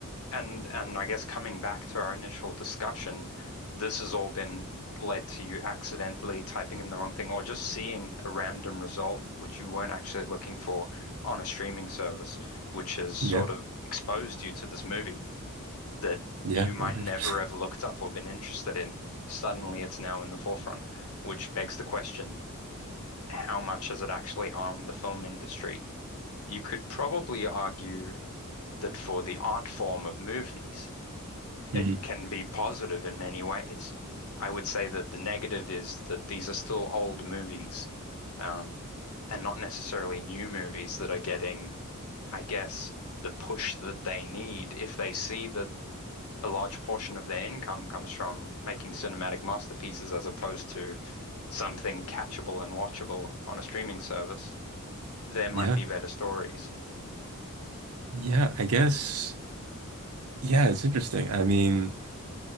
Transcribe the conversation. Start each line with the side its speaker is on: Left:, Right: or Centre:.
Left: And and I guess coming back to our initial discussion, this has all been led to you accidentally typing in the wrong thing or just seeing a random result which you weren't actually looking for on a streaming service, which has sort
Right: Yeah,
Left: of exposed you to this movie that
Right: yeah,
Left: you might
Right: 100%.
Left: never have looked up or been interested in. Suddenly it's now in the forefront, which begs the question, how much has it actually harmed the film industry? You could probably argue that for the art form of movies,
Right: Mhm.
Left: it can be positive in many ways. I would say that the negative is that these are still old movies, um, and not necessarily new movies that are getting, I guess, the push that they need. If they see that a large portion of their income comes from making cinematic masterpieces as opposed to something catchable and watchable on a streaming service, there might
Right: Yeah,
Left: be better stories.
Right: yeah, I guess. Yeah, it's interesting. I mean,